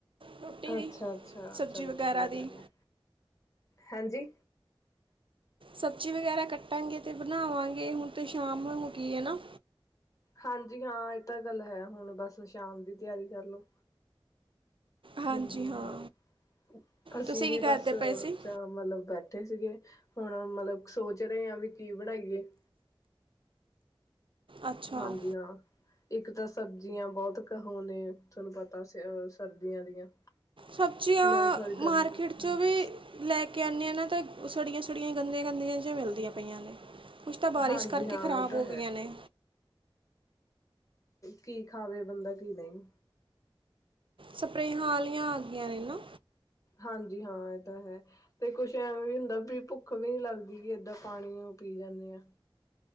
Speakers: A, on the right (about 70°); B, on the left (about 35°).
A: ਰੋਟੀ ਦੀ
B: ਅੱਛਾ-ਅੱਛਾ
A: ਸਬਜ਼ੀ
B: ਚਲੋ
A: ਵਗੈਰਾ
B: ਵਧੀਆ
A: ਦੀ
B: ਗੱਲ ਐ ਹੈਂਜੀ
A: ਸਬਜ਼ੀ ਵਗੈਰਾ ਕੱਟਾਂਗੇ ਤੇ ਬਣਾਵਾਂਗੇ ਹੁਣ ਤਾਂ ਸ਼ਾਮ ਉਈ ਮੁਕੀ ਐ ਨਾ
B: ਹਾਂਜੀ ਹਾਂ ਐ ਤਾਂ ਗੱਲ ਹੈ ਹੁਣ ਬਸ ਸ਼ਾਮ ਦੀ ਤਿਆਰੀ ਕਰਲੋ।
A: ਹਾਂਜੀ
B: ਹੂੰ-ਹੂੰ
A: ਹਾਂ
B: ਅਸੀਂ
A: ਤੁਸੀਂ
B: ਵੀ
A: ਕੀ ਕਰਦੇ
B: ਬਸ
A: ਪਏ ਸੀ
B: ਚਾ ਮਤਲਬ ਬੈਠੇ ਸੀਗੇ ਹੁਣ ਮਤਲਬ ਸੋਚ ਰੇ ਆ ਵੀ ਕੀ ਬਣਾਈਏ?
A: ਅੱਛਾ
B: ਹਾਂਜੀ ਹਾਂ। ਇੱਕ ਤਾਂ ਸਬਜ਼ੀਆਂ ਬੋਤ ਕਹੋ ਨੇ ਤੁਹਾਨੂੰ ਪਤਾ ਸਰਦੀਆਂ ਦੀਆਂ।
A: ਸਬਜ਼ੀਆਂ
B: ਨਾ ਸੋਰੀ ਗਰਮੀ
A: ਮਾਰਕਿਟ
B: ਹਾਂਜੀ
A: ਚ ਵੀ ਲੈ ਕੇ ਆਨੇ ਆ ਨਾ ਤਾਂ ਸੜੀਆਂ-ਸੜੀਆਂ ਗੰਦੀਆਂ-ਗੰਦੀਆਂ ਜੀਆਂ ਮਿਲਦੀਆਂ ਪਈਆਂ ਨੇ। ਕੁਛ ਤਾਂ ਬਾਰਿਸ਼
B: ਹਾਂਜੀ
A: ਕਰਕੇ
B: ਹਾਂ
A: ਖ਼ਰਾਬ
B: ਇਹ ਤਾਂ
A: ਹੋਗੀਆਂ
B: ਹੈ।
A: ਨੇ।
B: ਕੀ ਖਾਵੇ ਬੰਦਾ ਕੀ ਨਈ
A: ਸਪਰੇਹਾਂ ਆਲੀਆਂ ਆਗੀਆਂ ਨੇ ਨਾ।
B: ਹਾਂਜੀ ਹਾਂ ਏ ਤਾਂ ਹੈ। ਤੇ ਕੁਛ ਐਵੇ, ਵੀ ਹੁੰਦਾ ਵੀ ਭੁੱਖ ਵੀ ਨੀ ਲੱਗਦੀ ਕਿ ਏਦਾਂ ਪਾਣੀ ਪੀ, ਜਾਂਦੇ ਆ।